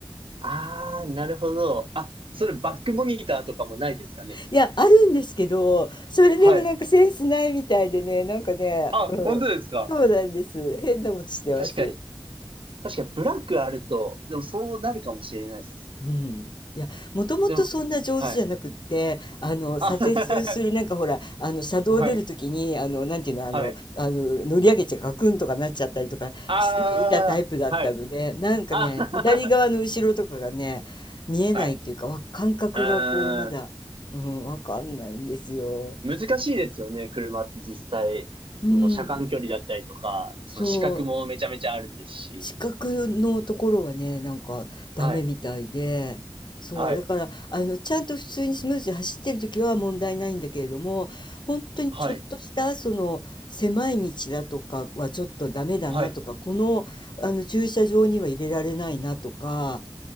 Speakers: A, on the right; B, on the left.
A: ああ、なるほど。あ、それバックモニターとかもないですかね。
B: いや、あるんですけど、それでもなんかセンスないみたいでね、
A: はい。
B: なんかね、
A: あ、
B: うん、
A: 本当ですか。
B: そうなんです。変なことしてます。
A: 確かに。確かに、ブランクあると、でもそうなるかもしれないです。
B: うん。いや、もともとそんな上手じゃなくって、
A: でも、はい。
B: あの、左折する、
A: あ、<laughs>
B: なんかほら、あの、車道出るときに、
A: はい。
B: あの、なんていうの、あの、
A: はい。
B: あの、乗り上げちゃガクンとかなっちゃったりとかしていたタイプだったので、
A: ああ、はい。
B: なんかね、
A: あ
B: 左側の後ろとかがね、見えないっていうか、
A: あ、<laughs> はい。
B: わ感覚がこう、
A: ああ、
B: まだ、うん、わかんないんですよ。
A: 難しいですよね、車って実際。その車間距離だったりとか、
B: うん、そう。
A: その視覚もめちゃめちゃあるですし。
B: 視覚のところはね、なんかダメみたいで、
A: はい。
B: そう、
A: はい。
B: だから、あの、ちゃんと普通にスムーズに走ってる時は問題ないんだけれども、本当にちょっとした、
A: はい。
B: その、狭い道だとかはちょっとダメだなとか、
A: はい。
B: この、あの、駐車場には入れられないなとか、